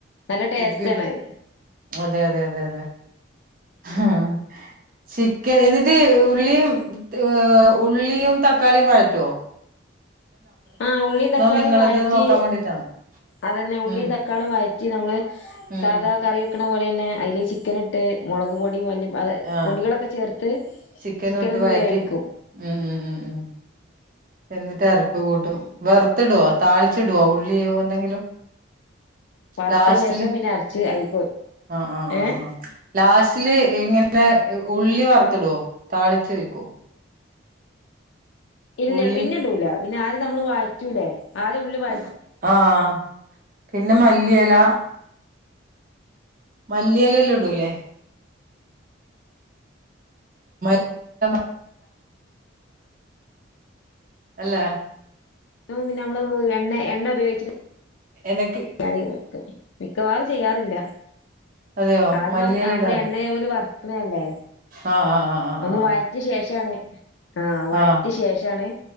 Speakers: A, on the left; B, on the right.
A: നല്ല ടേസ്റ്റ്
B: ഇപ്പ
A: ആണഅ്
B: അതെ അതെ അതെ അതെ ഉം ചിക്കൻ എന്നതീ ഉള്ളിയും ഏ് ഉള്ളിയും തക്കാളിയും വയറ്റാേ
A: ആഹ് ഉള്ളിം തക്കാളിം
B: നിങ്ങളത്
A: വയറ്റി
B: നോക്കാൻ വേണ്ടിട്ടാണ്
A: അതന്നെ ഉള്ളിം
B: ഉം
A: തക്കാളിം വഴറ്റി നമ്മള്
B: ഉം
A: സാധാ കറിവെ- വെക്ക്ണ പോലെന്നെ അയില് ചിക്കന് ഇട്ട് മാെളക് പൊടിയും മല്ലി- വവെ
B: ആഹ്
A: പൊടികളൊക്കെ ചേർത്ത്
B: ചിക്കനും
A: ചിക്കനൊന്ന്
B: ഇട്ട് വഴറ്റി
A: വേവിക്കും
B: ഉം ഉം ഉം ഉം എന്നിട്ട് അരപ്പ് കൂട്ടും വർത്തിടോ താളിച്ചിടാേ ഉള്ളിയോ എന്തെങ്കിലും
A: വറുത്ത
B: ലാസ്റ്റില്
A: ശേഷം പിന്നെ അരച്ച് അയിക്ക്
B: ആഹ് ആഹ്
A: ഏഹ്
B: ആഹ് ലാസ്റ്റില് എങ്ങനെ ഉള്ളി വർത്ത്ടാേ താളിച്ചു ഒയ്ക്കോ
A: ഇല്ലേ
B: ഉള്ളി
A: പിന്നെ ഇടൂല പിന്നെ ആദ്യം നമ്മള് വയറ്റൂലേ ആദ്യം ഉള്ളി -
B: അത് ആഹ് പിന്നെ മല്ലിയെല മല്ലില്ലാം ഇടൂലേ മൽ <unintelligible> അല്ലേ
A: തിനു മുമ്പ് നങ്ങള് എണ്ണ എണ്ണ ഉപയോഗിച്ചിട്ട്
B: എനക്-
A: <unintelligible> മിക്കവാറും ചെയ്യാറില്ല
B: അതെയോ
A: ആദ്യം
B: മല്ലിയില
A: നമ് നമ്മള്
B: ഇടാറ്
A: എണ്ണയില് വർക്ക്ണല്ലേ
B: ആ ആ ആ
A: ഒന്ന്
B: ആ
A: വയറ്റ്യ ശേഷാണ് ആഹ് വയറ്റിയ
B: ആ ആ
A: ശേഷാണ്